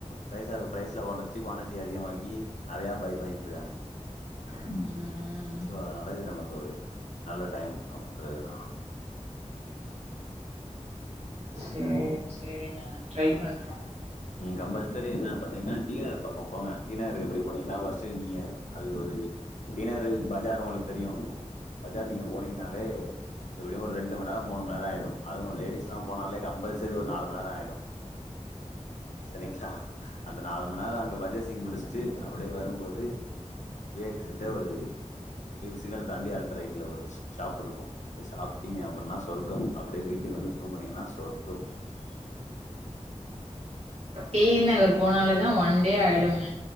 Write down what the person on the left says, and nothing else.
பிரரைஸா பிரரைஸ்ல உடைச்சு குவான்நெட் ட்டி அதிகமாக்கி நெறையா பைய் பண்ணி ட்ருக்காங்க
சோ அத நமக்கு ஒரு நல்ல டைம் அப்படின்றதுதான்
ம் கம்பல்சரி என்ன பண்ணிறீங்கன்னா டீநகர் பக்கம் போங்க டீனருக்கு எப்படி போனீங்கன்னா ஃப்ர்ஸ்ட்டு நீங்க அது ஒரு திணறு பஜார் உங்களுக்கு தெரியும் பஜார் நீங்க போனீங்கனாலே எப்படியும் ஒரு ரெண்டு மணி நேரம் மூணு மணி நேரம் ஆயிடும் அதுவும் லேடிஸ் எல்லா போனாலே கம்பல்சரி ஒரு நாலு மணி நேரம் ஆயிடும் செரின்கா அந்த நாலு மணி நேரம் அங்க பர்சேஸ்சிங் முடிச்சுட்டு அப்படியே வரும்போது வேக்ஸ் கிட்ட ஒரு சிக்னல் தாண்டி அடுத்த ரைட்ல ஒரு ஷாப் இருக்கும் போய் சாப்பிட்டீங்க அப்படின்னா சொர்க்கம் அப்படியே வீட்டுக்கு வந்து தூங்குனீங்கன்னா சொர்க்கம்